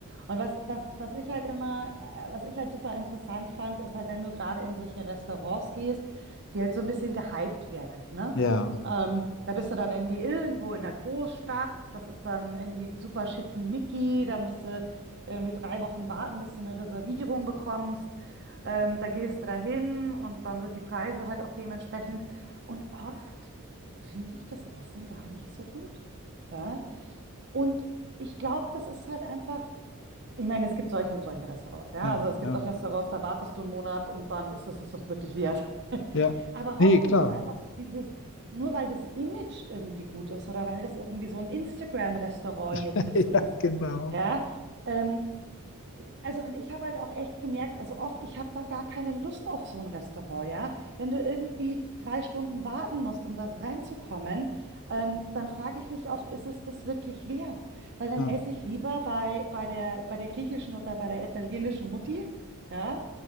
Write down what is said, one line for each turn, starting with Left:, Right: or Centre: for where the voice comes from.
Right: Und was, was, was ich halt immer, äh, was ich halt super interessant fand, ist halt, wenn du gerade in solche Restaurants gehst, die halt so ein bisschen gehypt werden, ne?
Left: ja,
Right: Ähm, da bist du dann irgendwie irgendwo in der Großstadt, das ist dann irgendwie super schickimicki, da musst du irgendwie drei Wochen warten, bis du eine Reservierung bekommst. Ähm, da gehst du dahin und dann sind die Preise halt auch dementsprechend. Und oft finde ich das Essen gar nicht so gut. Ja? Und ich glaube, das ist halt einfach, ich meine, es gibt solche und solche Restaurants, ja.
Left: ja,
Right: Also es gibt
Left: ja,
Right: auch Restaurants, da wartest du einen Monat und dann ist es es auch wirklich wert. <laughs>
Left: ja.
Right: Aber
Left: Nee,
Right: oft ist
Left: klar.
Right: es einfach so dieses, nur weil das Image irgendwie gut ist oder weil das irgendwie so ein Instagram-Restaurant
Left: <laughs>
Right: jetzt ist
Left: Ja,
Right: oder sowas,
Left: genau.
Right: ja. Ähm, also und ich habe halt auch echt gemerkt, also oft, ich habe dann gar keine Lust auf so ein Restaurant, ja. Wenn du irgendwie drei Stunden warten musst, um das reinzukommen, ähm, dann frage ich mich oft, ist es das wirklich wert? Weil dann
Left: Ja,
Right: esse ich lieber bei, bei der, bei der griechischen oder bei der italienischen Mutti, ja,